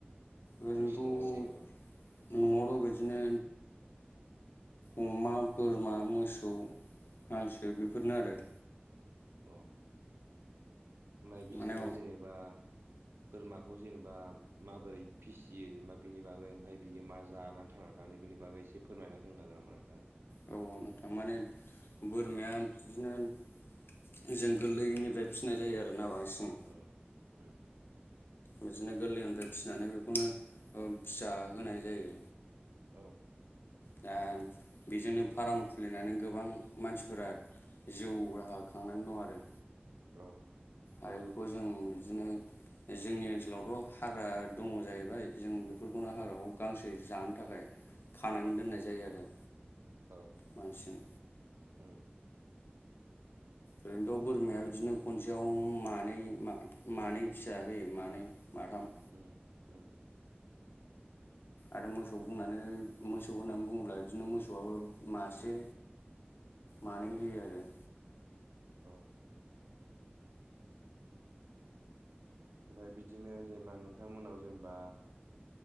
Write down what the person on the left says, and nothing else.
ओरैन्थ'
न'आवथ' बिदिनो अमा, बोरमा, मोसौ, हांसो बेफोरनो आरो।
माने
औ नोंथां माने बोरमाया बिदिनो जों गोरलैनिफ्राय फिनाय जायो आरोना बांसिन।
बिदिनो गोरलैनिफ्राय फिनानै बेखौनो ओ फिसा होनाय जायो।
दा बेजोंनो फाराम खुलिनानै गोबां मानसिफोरा जिउ राहा खांनानै दं आरो।
आरो बेखौ जों बिदिनो जोंनि ओनसोलावथ' हाग्रा दङ जाहैबाय जों बेफोरखौनो
हाग्रायाव गांसो जानो थाखाय खानानै दोननाय जायो आरो।
मानसिजों
ओरैनोथ' बोरमाया बिदिनो खनसेयाव मानै मानै फिसा होयो मानै माथाम
आरो मोसौ बुंनानै मोसौ होननानै बुङोब्ला बिदिनो मोसौआबो मासे मानै होयो आरो